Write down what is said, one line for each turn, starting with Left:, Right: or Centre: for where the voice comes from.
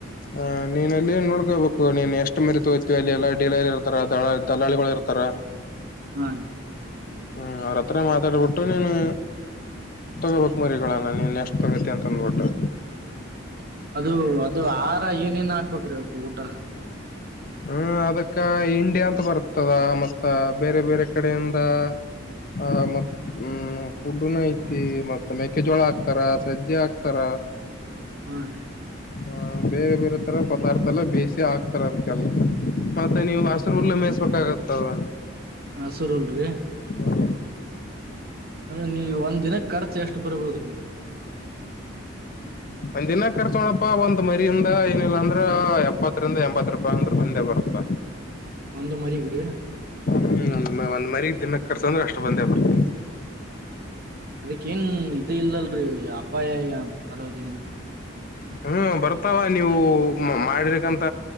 Left: ಹ ನೀನ್ ಅಲ್ಲಿ ನೋಡ್ಕೋಬೇಕು ನೀನ್ ಎಷ್ಟು ಮರಿ ತಗೋತೀವಿ ಅಲ್ಲಿ ಎಲ್ಲಾ ಡಲಲ್ಲಿ ಇರ್ತಾರ ದ ದಲಾಳಿಗಳು ಇರ್ತಾರ
Right: ಹಾ ರ
Left: ಹ್ಮ್ ಅವ್ರತ್ರ ಮಾತಾಡ್ಬಿಟ್ಟು ನೀನು ತಗೋಬೇಕಕ್ ಮರಿಗಳ ನಾನ ಇನ್ ಎಷ್ಟು ತಗತಿ ಅಂತ ಅಂದ್ಬಿಟ್ಟು
Right: ಅದು ಅದು
Left: ಹ್ಮ್
Right: ಆಹಾರ ಏನೇಏನ್ ಹಾಕ್ಬೇಕ್ರೀ ಅಕ ಊಟ
Left: ಹ್ಮ ಅದಕ್ಕ ಹಿಂಡಿ ಅಂತ ಬರ್ತದ ಮತ್ತ ಬೇರೆ ಬೇರೆ ಕಡೆಯಿಂದ ಆ ಮತ್ ಹ್ಮ್ ಫುಡ್ನ ಐತಿ ಮತ್ತ್ ಮೆೇಕೆಜೋಳ ಹಾಕ್ತಾರ ಸಜ್ಜಿ ಹಾಕ್ತಾರ
Right: ಹದ
Left: ಹ ಬೇರೆ ಬೇರೆ ತರ ಪದಾರ್ಥ ಎಲ್ಲ ಬೇಸ ಹಾಕ್ತಾರ ಅದಕ್ಕೆಲ್ಲ ಮತ್ತೆ ನೀವು ಹಸರು ಉುಲ್ಲೆ ಮೇಯಸ್ಬೇಕಾಗತ್ತದ
Right: ಹಾಂ ಸುರಲ್ ರೀ
Left: ಹ್ಮ್
Right: ಅಂದ್ರೆ ನೀವು ಒಂದ ದಿನ ಖರ್ಚು ಎಷ್ಟು ಬರ್ಬೋದ್ರೀ <inaudible>
Left: ಒಂದ್ ದಿನ ರ್ಚಕೋಣಪ್ಪಾ ಒಂದ್ ಮರಿಯಿಂದ ಏನಿಲ್ಲಾಂದ್ರ ಎಪ್ಪತ್ತರಿಂದ ಎಂಬತ್ ರೂಪಾಯಿ ಅಂದ್ರ ಬಂದೇ ಬರ್ತ
Right: ಒಂದು್ ಮರಿಗ್ರೀ
Left: ಹ್ಮ್ ಒಂದ ಒಂದ್ ಮರಿ ದಿನಕ್ಕೆ ಖರ್ಚ ಅಂದ್ರೆ ಅಷ್ಟು ಬಂದೇ ಬರ್ತ
Right: ಅದಕ್ಕ ಏನ್ ಇ ಇಲ್ಲಲ್ರರಿ ಅಪಾಯ ಬರೋದ ಏನ
Left: ಹ್ಮ್ ಬರ್ತಾವ ನೀವು ಮಾಡಿರ್ಕಂತ